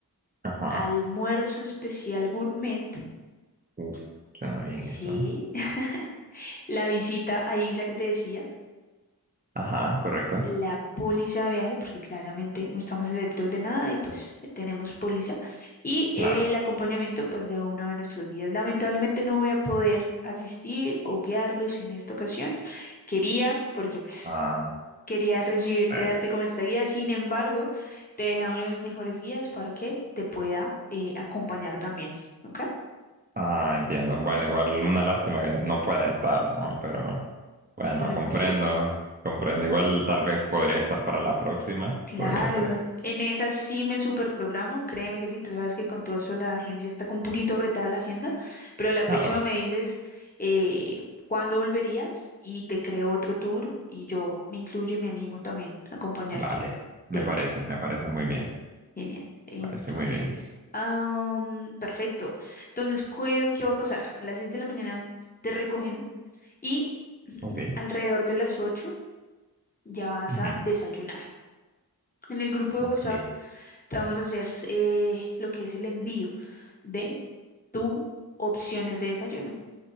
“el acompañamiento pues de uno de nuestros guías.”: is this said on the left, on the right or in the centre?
Left